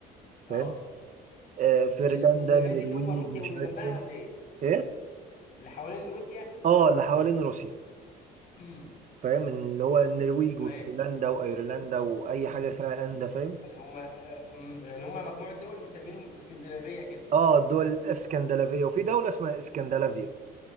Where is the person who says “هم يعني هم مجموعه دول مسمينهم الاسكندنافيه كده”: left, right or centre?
Left